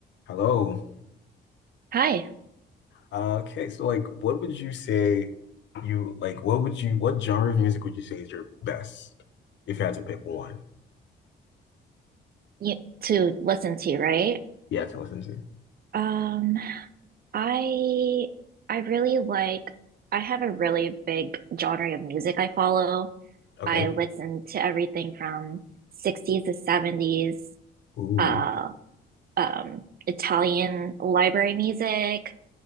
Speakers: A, on the left; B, on the right.
A: Hello.
B: Hi,
A: Uh, okay, so like what would you say you like what would you what genre of music would you say is your best if you had to pick one
B: you, to listen to, right?
A: you had to listen to?
B: Um, I I really like I have a really big genre of music I follow.
A: Okay.
B: I listen to everything from 60s to 70s,
A: Ooh,
B: uh, um, Italian library music